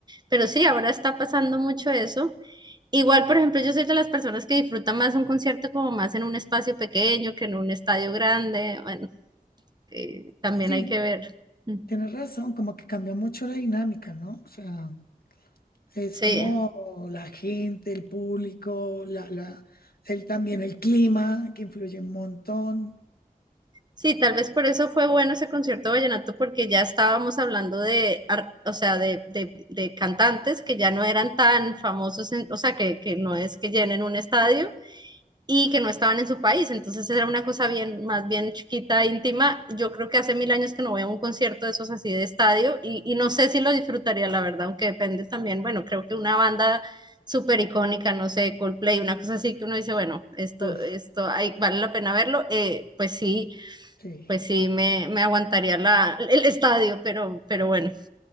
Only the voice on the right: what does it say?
pero sí, ahora está pasando mucho eso. Igual, por ejemplo, yo soy de las personas que disfrutan más un concierto como más en un espacio pequeño que en un estadio grande, bueno, eh, también
hay que ver. Mm.
Sí,
Sí, tal vez por eso fue bueno ese concierto de vallenato, porque ya estábamos hablando de, ar- o sea, de, de- de cantantes que ya no eran tan famosos, en- o sea, que, que no es que llenen un estadio y que no estaban en su país. Entonces era una cosa bien, más bien chiquita, íntima. Yo creo que hace mil años que no veo un concierto de esos así de estadio y, y no sé si lo disfrutaría, la verdad, aunque depende también, bueno, creo que una banda súper icónica, no sé, Coldplay, una cosa así que uno dice, bueno, esto,
esto hay- vale la pena verlo, eh, pues sí
pues sí, me, me aguantaría la, el estadio, pero, pero bueno.